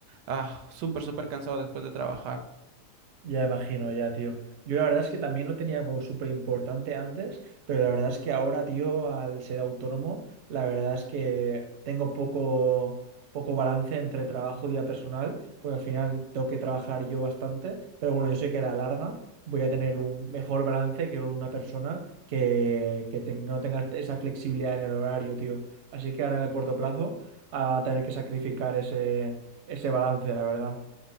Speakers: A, on the right (about 85°); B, on the right (about 60°).
A: ah, súper, súper cansado después de trabajar.
B: Ya imagino, ya, tío. Yo la verdad es que también lo tenía como súper importante antes, pero la verdad es que ahora, tío, al ser autónomo, la verdad es que tengo poco, poco balance entre trabajo y vida personal, porque al final tengo que trabajar yo bastante, pero bueno, yo sé que a la larga voy a tener un mejor balance que una persona que, que ten- no tenga esa flexibilidad en el horario, tío. Así que ahora en el corto plazo, ah, va a tener que sacrificar ese, ese balance, la verdad.